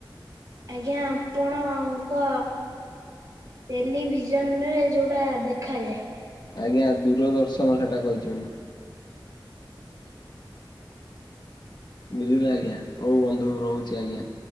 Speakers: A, on the right; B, on the left.
A: ଆଜ୍ଞା ଆପଣଙ୍କ ଟେଲିଭିଜନରେ ଯେଉଁଟା ଦେଖାଯାଏ।
B: ଆଜ୍ଞା ଦୂରଦର୍ଶନ ସେଟା କହିଛି ମୁଁ। ବୁଝିଲେ ଆଜ୍ଞା ହଉ ବନ୍ଧୁ ରହୁଛି ଆଜ୍ଞା।